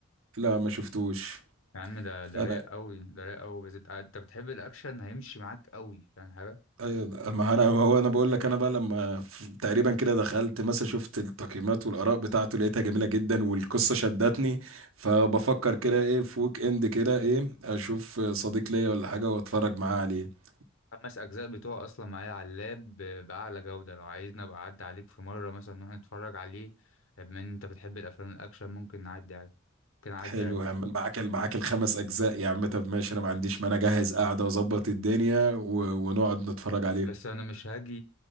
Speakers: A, on the right (about 85°); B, on the left (about 75°).
A: لا ما شفتوش
B: يا عم ده ده
A: فانا
B: رايق قوي ده رايق قوي بس انت انت بتحب الاكشن هيمشي معاك قوي فاهم حاجه
A: أيوة، ما انا ما هو انا بقول لك انا بقى لما ف- تقريبا كده دخلت مثلا شفت التقييمات والاراء بتاعته لقيتها جميله جدا والقصه شدتني فبفكر كده ايه في ويك اند كده ايه اشوف صديق ليا ولا حاجه واتفرج معاه عليه
B: خمس اجزاء بتوع اصلا معايا على اللاب ب- باعلى جوده لو عايزنا ابقى اعدي عليك في مره مثلا نروح نتفرج عليه بما ان انت بتحب الافلام الاكشن ممكن نعدي عادي ممكن اعدي
A: حلو
B: عادي
A: هعمل معاك معاك الخمس اجزاء يا عم طب ماشي انا ما عنديش مانع اجهز قاعده واظبط الدنيا و... ونقعد نتفرج عليهم
B: بس انا مش هاجي